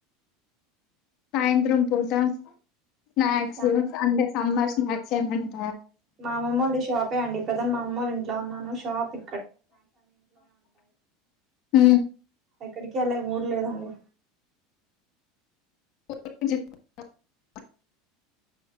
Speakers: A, on the left; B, on the right.
A: సాయంత్రం పూట స్నాక్స్
B: సాయ
A: అంటే సమ్మర్ ఆబ్సెంట్ హా
B: మా అమ్మమ్మోళ్ళది షాపే అండి ప్రెసెంట్ మా అమ్మోళ్ళింట్లో ఉన్నాను టాపి
A: ఊ
B: ఎక్కడికి అలాగ మూడు లేదండి
A: <inaudible>